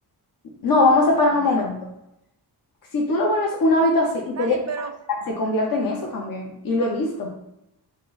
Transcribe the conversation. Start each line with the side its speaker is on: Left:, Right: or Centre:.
Left: No, vamos a separar en un
Right: ¿eh?
Left: momento. si tú lo vuelves un hábito así y
Right: Está
Left: te llega
Right: bien, pero
Left: a casar, se convierte en eso también, y lo he visto.